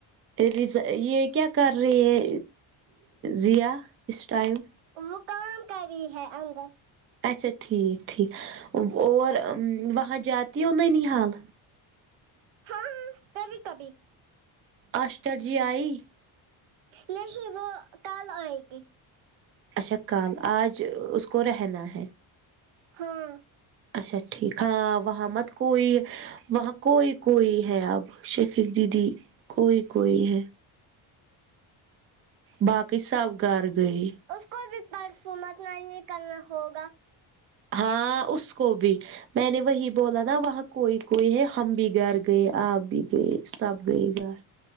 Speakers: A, on the right; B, on the right.
A: رضا یہ کیا کر رہے ہیں ضیا اس ٹائم
B: وو کام کری ہے اندر
A: اچھا ٹھیک ٹھیک اور وہاں جاتی ہو ننہال
B: ہاں کبھی کبھی
A: آشٹر جی آئی
B: نہیں وہ کل آے گی
A: اچھا کل آج اس کو رہنا ہے
B: ہاں
A: اچھا ٹھیک ہاں وہاں مت کوئی وہاں کوئی کوئی ہے اب شفق دی دی کوئی کوئی ہے باقی سب گھر گئے
B: اس کو بھی پرسوں مت نہیں کرنا ہوگا
A: ہاں اس کو بھی میں نے وہی بولا نا وہاں کوئی کوئی ہے ہم بھی گھر گئے آپ بھی گئے سب گئے گھر